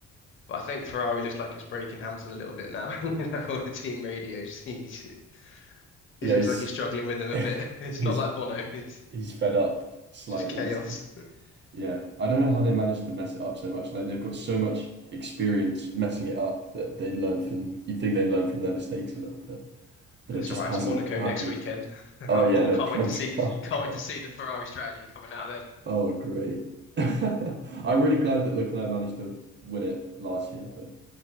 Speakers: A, on the left (about 40°); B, on the right (about 35°).
A: But I think Ferrari looks like it's breaking Hamilton a little bit now. <laughs> You know, on the team radios, <laughs> he's it
B: Yeah,
A: looks
B: he's
A: like he's struggling with him a
B: <laughs>
A: bit. <laughs> It's
B: he's
A: not like Bono. <laughs> It's
B: he's fed up slightly,
A: just chaos.
B: so. Yeah, I don't know how they managed to mess it up so much. Like they've got so much experience messing it up that they'd learn from, you'd think they'd learn from their mistakes a little bit, but
A: That's
B: it just
A: all right.
B: hasn't
A: It's Monaco
B: happened.
A: next weekend. <laughs> I
B: Oh yeah,
A: can't
B: no, plenty.
A: wait to see.
B: <laughs> Oh
A: Can't
B: God.
A: wait to see the Ferrari strategy coming out then.
B: Oh great. <laughs> I'm really glad that Leclerc managed to win it last year, but